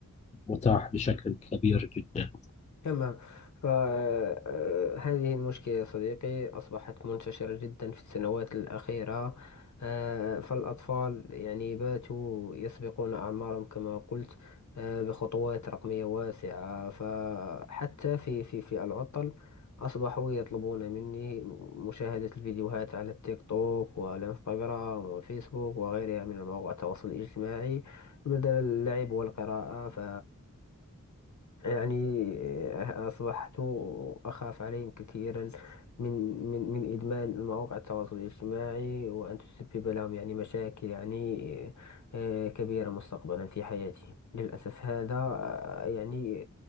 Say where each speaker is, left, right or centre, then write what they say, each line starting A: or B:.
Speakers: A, on the left; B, on the left.
A: متاح بشكل كبير جدا
B: تمام فهذه المشكلة يا صديقي أصبحت منتشرة جدا في السنوات الأخيرة آه، فالأطفال يعني باتوا يسبقون أعمارهم كما قلت آه، بخطوات رقمية واسعة فحتى في في في العطل أصبحوا يطلبون مني مشاهدة الفيديوهات على التيك توك والإنستغرام والفيسبوك وغيرها من مواقع التواصل الاجتماعي بدل اللعب والقراءة ف يعني آه، أصبحت أخاف عليهم كثيرا من من من إدمان مواقع التواصل الاجتماعي وأن تسبب لهم يعني مشاكل يعني آه، كبيرة مستقبلا في حياتهم للأسف هذا آه، يعني